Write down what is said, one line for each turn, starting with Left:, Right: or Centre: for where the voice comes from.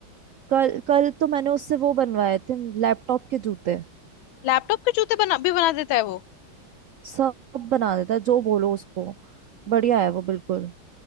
Right: कल कल तो मैंने उससे वो बनवाए थे लैपटॉप के जूते
Left: लैपटॉप के जूते बना भी बना देता है वो
Right: सब बना देता है जो बोलो उसको बढ़िया है वो बिल्कुल